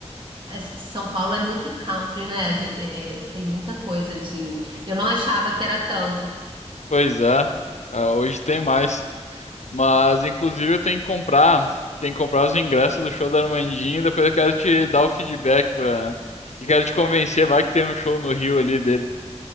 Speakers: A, on the right; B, on the left.
A: É, S- São Paulo é muito country, né? A gen- é, tem muita coisa de. Eu não achava que era tanto.
B: Pois é, ah, hoje tem mais. Mas, inclusive, eu tenho que comprar, tenho que comprar os ingressos do show da Armandinha. e Depois eu quero te dar o feedback pra... E quero te convencer, vai que tem um show no Rio ali dele.